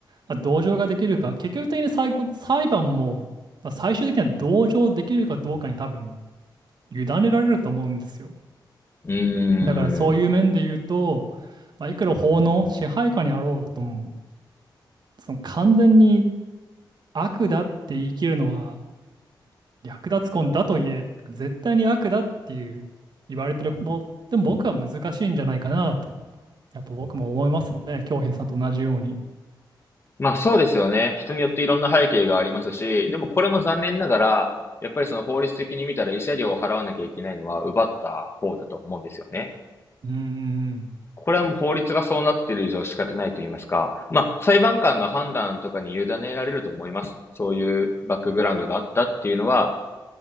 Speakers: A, on the right (about 60°); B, on the left (about 30°).
A: まあ、同情ができるか、結局的に最後、裁判も、まあ、最終的には同情できるかどうかに多分委ねられると思うんですよ。
B: うーん。
A: だからそういう面で言うと、まあ、いくら法の支配下にあろうとも、その完全に悪だって言い切るのは略奪婚だと言え、なんか絶対に悪だっていう言われてるの、でも僕は難しいんじゃないかなと、やっぱ僕も思いますね、京平さんと同じように。
B: まあそうですよね。人によっていろんな背景がありますし、でもこれも残念ながら、やっぱりその法律的に見たら慰謝料を払わなきゃいけないのは奪った方だと思うんですよね。
A: うんん
B: これはもう法律がそうなっている以上仕方ないと言いますか、まあ、裁判官の判断とかに委ねられると思います。そういうバックグラウンドがあったっていうのは、